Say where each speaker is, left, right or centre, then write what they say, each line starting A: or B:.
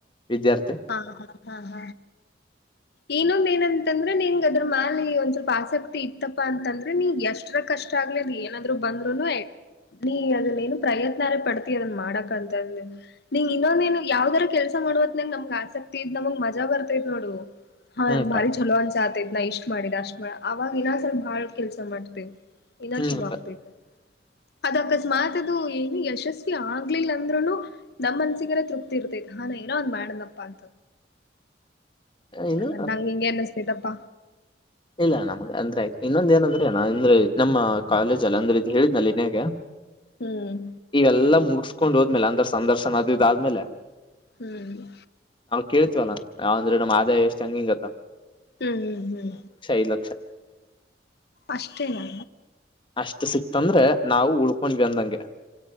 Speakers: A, on the left; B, on the left.
A: ವಿದ್ಯಾರ್ಥಿ
B: ಹಾ ಹ ಹಾ ಹಾ ಹ ಏನೊ ಮೇನ್ ಅನ್ ಅಂದ್ರೆ ನಿಂಗ್ ಅದ್ರ ಮೇಲೆ ಒಂದ್ ಸ್ವಲ್ಪ ಆಸಕ್ತಿ ಇತ್ತಪ್ಪಾ ಅಂತಂದ್ರೆ ನೀ ಎಷ್ಟರ ಕಷ್ಟ ಆಗ್ಲಿಲ್ಲ ಏನಾದ್ರು ಬ <unintelligible> ನೀ ಅದನ್ನ ಏನು ಪ್ರಯತ್ನೇ ಪಡ್ತಿ ಅದನ್ ಮಾಡಕಂತಂದ ನೀಂಗ ಇನ್ನೊಂದೇನು ಯಾವ್ದರ ಕೆಲ್ಸ. <unintelligible> ಆಸಕ್ತಿ ಇದ್ ನಮಗ್ ಮಜಾ ಬರ್ತೈದ್ ನೋಡು ಹಾ
A: ಹ್ಮ್ ಅಕ್ಕ
B: ಭಾರಿ ಚಲೋ ಅನ್ಸ ಆತ ಇದ್ ನ ಇಷ್ಟ್ ಮಾಡಿದ್ ಅಷ್ಟ ಮ ಅವಾಗ ಇನ್ನ ಸ್ವಲ್ಪ ಭಾಳ ಕೆಲ್ಸ ಮಾಡ್ತೆೇವೆ ಇನ್ನ
A: ಹ್ಮ್
B: ಚಲೋ
A: ಅಕ್ಕ
B: ಆಗ್ತೇತೆ. ಅದ ಅಕಸ್ಮಾತ್ ಅದು ಏನು ಯಶಸ್ವಿ ಆಗ್ಲಿಲ್ಲ ಅಂದ್ರುನು ನಮ್ ಮನ್ಸಿಗೆಲ್ಲ ತೃಪ್ತಿ ಇರ್ತಗ. ಹಾ ನಾ ಏನೋ ಒಂದ್ ಮಾಡನಪ್ಪ ಅಂತ.
A: ಏನು
B: ಹಂಗ ನಂಗ ಇಂಗನ್ನ ಅನ್ಸತಪ್ಪ.
A: ಇಲ್ಲ ನಮ್ ಅಂದ್ರೆ ಇನ್ನೊಂದ ಏನಂದ್ರೆನ ಅಂದ್ರೆ ನಮ್ಮ ಕಾಲೇಜಲ್ಲ ಅಂದ್ರೆ ಇ ಹೇಳಿದ್ನಲ್ಲಿ ಇದೆಗೆ.
B: ಹ್ಮ್
A: ಇವೆಲ್ಲಾ ಮುಗಸ್ಕೊಂಡ್ ಹೋದ್ಮೇಲೆ ಅಂದ್ರ ಸಂದರ್ಶನ ಅದ ಇದ ಆದ್ಮೇಲೆ.
B: ಹ್ಮ್.
A: ಕೇಳ್ತಿವಲ್ಲ ಯಾವ ಅಂದ್ರೆ ನಮ್ ಆದಾಯ ಎಷ್ಟು ಹಂಗ ಹಿಂಗತ್ತ.
B: ಹ್ಮ್ ಹ್ಮ್ ಹ್ಮ್.
A: ಐದು ಲಕ್ಷ
B: ಅಷ್ಟೇನಾ
A: ಅಷ್ಟು ಸಿಕ್ತಂದ್ರೆ ನಾವು ಉಳ್ಕ ಹಕೊಂಡ್ವಿ ಅಂದಂಗೆ